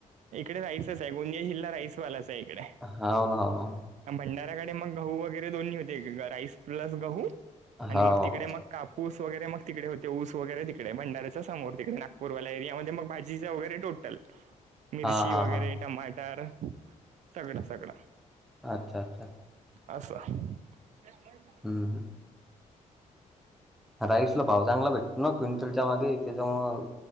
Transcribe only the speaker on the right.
इकडे राईसच आहे गोंदिया जिलला राईसवालाच आहे इकडे
भंडाऱ्याकडे मग गहू वगैरे दोन्ही होते राईस प्लस गहू आणि
मग तिकडे मग कापूस वगैरे मग तिकडे होते ऊस वगैरे तिकडे भंडार्याच्या समोर तिकडे नागपूरल्या एरियामध्ये मग भाजीच वगैरे टोटल मिरची
वगैरे
टमाटर सगळां सगळां
अस ते